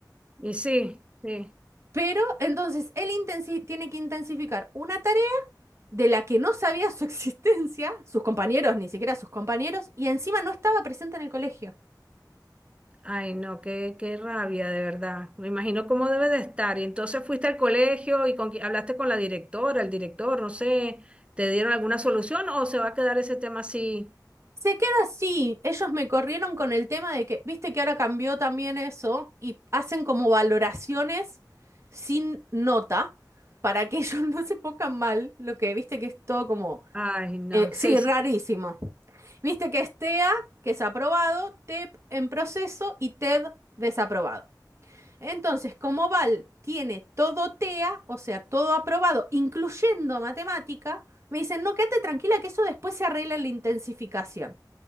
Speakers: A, on the right; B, on the right.
A: Y sí, sí.
B: Pero entonces él intensi- tiene que intensificar una tarea de la que no sabía su <laughs> existencia, sus compañeros, ni siquiera sus compañeros, y encima no estaba presente en el colegio.
A: Ay, no, qué, qué rabia, de verdad. Me imagino cómo debe de estar. Y entonces fuiste al colegio y con, qui- hablaste con la directora, el director, no sé, ¿te dieron alguna solución o se va a quedar ese tema así?
B: Se queda así. Ellos me corrieron con el tema de que, viste que ahora cambió también eso y hacen como valoraciones sin nota para que ellos <laughs> no se pongan mal, lo que viste que es todo como,
A: Ay, no,
B: eh, sí,
A: sí, sí.
B: rarísimo. Viste que es TEA, que es aprobado, TEP en proceso y TED desaprobado. Entonces, como Val tiene todo TEA, o sea, todo aprobado, incluyendo matemática, me dicen, no, quédate tranquila que eso después se arregla en la intensificación.